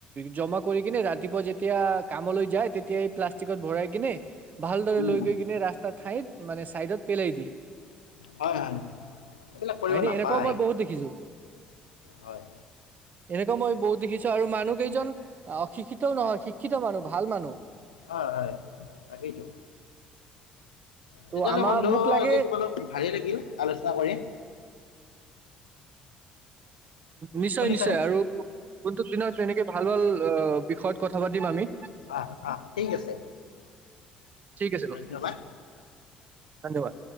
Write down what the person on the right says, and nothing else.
জমা কৰি কিনে ৰাতিপুৱা যেতিয়া কামলৈ যায় তেতিয়াই এই প্লাষ্টিকত ভৰাই কিনে। ভালদৰে লৈ
গৈ কিনে ৰাস্তাৰ ঠাইত মানে চাইডত পেলাই দিয়ে।
হয়নে
এনেকুৱাও মই বহুত দেখিছো।
এনেকুৱা মই বহুত দেখিছো আৰু মানুহ কেইজন অশিক্ষিতও নহয়, শিক্ষিত মানুহ ভাল মানুহ।
ত'
আমাৰ
মোক লাগে
নিশ্চয়,
নিশ্চয় আৰু কোনটো দিনত তেনেকৈ ভাল ভাল বিষয়ত কথা পাতিম আমি?
ঠিক আছে,
ধন্যবাদ।